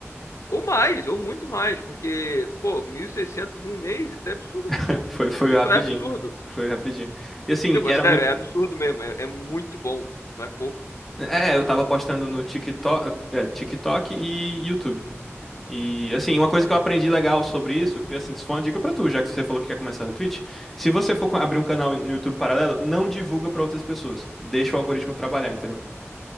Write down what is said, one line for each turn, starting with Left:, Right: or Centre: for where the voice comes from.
Left: Ou mais, ou muito mais. Porque, pô, 1.600 em um mês, isso é absurdo.
Centre: <laughs> Foi, foi
Left: Isso
Centre: rapidinho.
Left: é absurdo.
Centre: Foi rapidinho. E assim,
Left: Tipo,
Centre: era
Left: é sério,
Centre: muito.
Left: é absurdo mesmo. É, é muito bom. Não é pouco.
Centre: É, eu tava postando no TikTok, é, TikTok e YouTube. E assim, uma coisa que eu aprendi legal sobre isso, que assim, isso foi uma dica pra tu, já que você falou que quer começar na Twitch, se você for co- abrir um canal no YouTube paralelo, não divulga pra outras pessoas. Deixa o algoritmo trabalhar, entendeu?